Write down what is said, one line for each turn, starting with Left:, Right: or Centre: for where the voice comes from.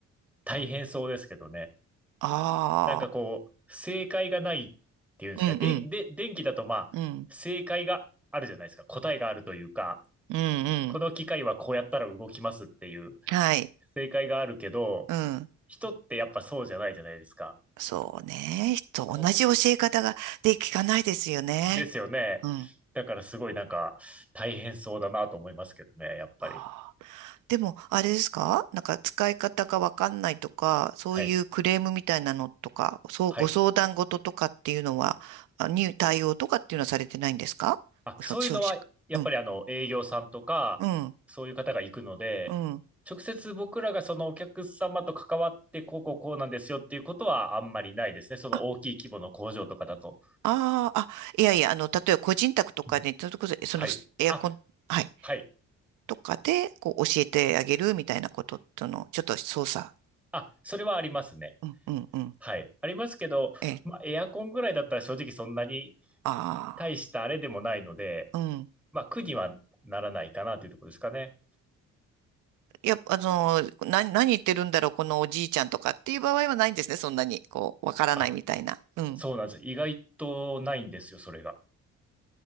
Centre: 大変そうですけどね。
Right: ああ、
Centre: なんかこう、正解がないっていうんですか。
Right: うんうん、
Centre: で、で、電気だとまあ、
Right: うん、
Centre: 正解があるじゃないですか。答えがあるというか、
Right: うんうん。
Centre: この機械はこうやったら動きますっていう
Right: はい。
Centre: 正解があるけど、
Right: うん。
Centre: 人ってやっぱそうじゃないじゃないですか。
Right: そうね。と同じ教え方がで聞かないですよね。
Centre: こ、ですよね。
Right: うん。
Centre: だからすごいなんか大変そうだなと思いますけどね、やっぱり。
Right: あーでも、あれですかなんか使い方がわかんないとか、そういうクレームみたいなのとか、
Centre: はい。
Right: そう、
Centre: はい。
Right: ご相談事とかっていうのは、あに対応とかっていうのはされてないんですか消消費者が。
Centre: あ、そういうのは、やっぱりあの、
Right: うん。
Centre: 営業さんとか、
Right: うん。
Centre: そういう方が行くので、
Right: うん。
Centre: 直接僕らがそのお客様と関わって、こうこうこうなんですよっていうことはあんまりないですね。その大きい規模の工場とかだと。
Right: あ、あーあ、いやいや、あの、例えば個人宅とかで、
Centre: うん
Right: それこそ、そのエアコン、
Centre: はい。あ、
Right: はい、
Centre: はい。
Right: とかで、こう、教えてあげるみたいなこととの、ちょっと操作。
Centre: あ、それはありますね。
Right: うん、うん、うん。
Centre: はい。ありますけど、
Right: え、
Centre: まあ、エアコンぐらいだったら正直そんなに
Right: あ
Centre: 大したあれでもないので、
Right: あ、うん。
Centre: まあ、苦にはならないかなというところですかね。
Right: いや、あの、何、何言ってるんだろう、このおじいちゃんとかっていう場合はないんですね。そんなに、こう、わからないみたいな。
Centre: あ、
Right: うん。
Centre: そうなんです。意外とないんですよ、それが。